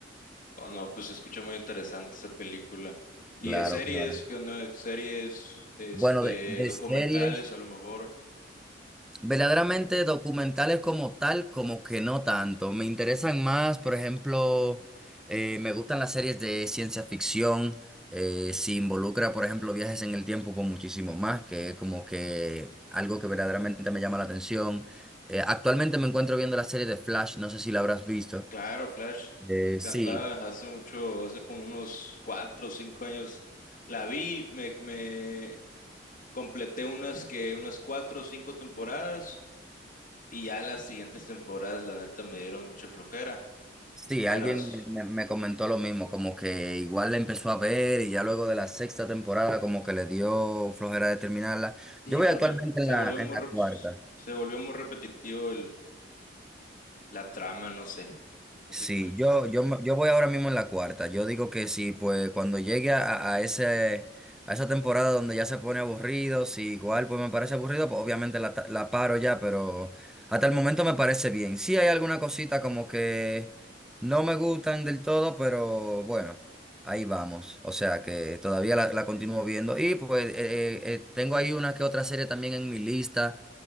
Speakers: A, on the left; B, in the centre.
A: Oh, no, pues se escucha muy interesante esa película. Y
B: Claro,
A: de series,
B: claro.
A: que no, series, este,
B: Bueno, de, de
A: documentales
B: series.
A: a lo mejor.
B: Verdaderamente documentales como tal, como que no tanto. Me interesan más, por ejemplo, eh, me gustan las series de ciencia ficción, eh, si involucra, por ejemplo, viajes en el tiempo con muchísimo más, que es como que algo que verdaderamente me llama la atención. Eh, actualmente me encuentro viendo la serie de Flash, no sé si la habrás visto.
A: Claro, Flash,
B: Eh,
A: me encantaba
B: sí,
A: hace mucho, hace como unos cuatro o cinco años la vi, me, me completé unas que unas cuatro o cinco temporadas y ya las siguientes temporadas la neta me dieron mucha flojera,
B: Sí,
A: pero
B: alguien
A: s-
B: me, me comentó lo mismo, como que igual la empezó a ver y ya luego de la sexta temporada como que le dio flojera de terminarla.
A: sí,
B: Yo voy
A: porque
B: actualmente
A: se
B: en la,
A: volvió
B: en
A: muy
B: la
A: rep-
B: cuarta.
A: se volvió muy repetitivo el la trama, no sé, no
B: Sí,
A: sé cómo explicarlo.
B: yo, yo, me- yo voy ahora mismo en la cuarta. Yo digo que sí, pues cuando llegue a, a ese, a esa temporada donde ya se pone aburrido, si igual pues me parece aburrido, pues obviamente la, ta- la paro ya, pero hasta el momento me parece bien. Sí hay alguna cosita como que no me gustan del todo, pero bueno, ahí vamos. O sea que todavía la, la continúo viendo. Y pues eh, eh, eh, tengo ahí una que otra serie también en mi lista